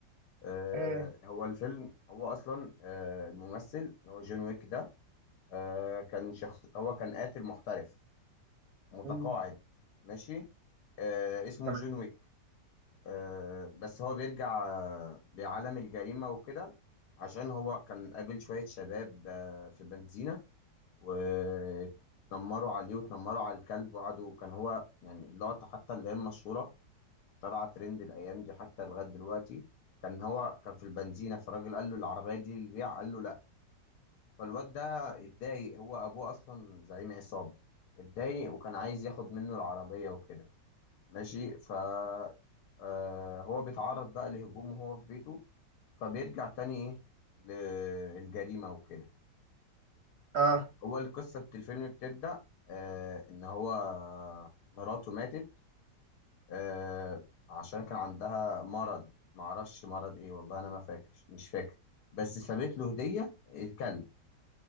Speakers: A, on the left (about 70°); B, on the right (about 50°).
A: آه،
B: مم،
A: هو الفيلم هو أصلا آه، الممثل اللي هو جون ويك ده آه، كان شخص هو كان قاتل محترف متقاعد
B: مم.
A: ماشي آه، اسمه
B: تمام
A: جون ويك آه، بس هو بيرجع آه، لعالم الجريمة وكده عشان هو كان قابل شوية شباب آه، في بنزينة واتنمروا عليه واتنمروا على الكلب وقعدوا كان هو يعني اللقطة حتى اللي هي المشهورة طلع ترند الايام دي حتى لغايه دلوقتي كان هو كان في البنزينه فالراجل قال له العربيه دي للبيع قال له لا فالواد ده اتضايق هو ابوه اصلا زعيم عصابه اتضايق وكان عايز ياخد منه العربيه وكده ماشي ف آه، هو بيتعرض بقى لهجوم وهو في بيته فبيرجع تاني ايه للجريمه وكده
B: اه
A: هو القصه بت- الفيلم بتبدا آه، ان هو مراته ماتت آه عشان كان عندها مرض معرفش مرض ايه والله انا ما فاكر مش فاكر بس سابت له هدية الكلب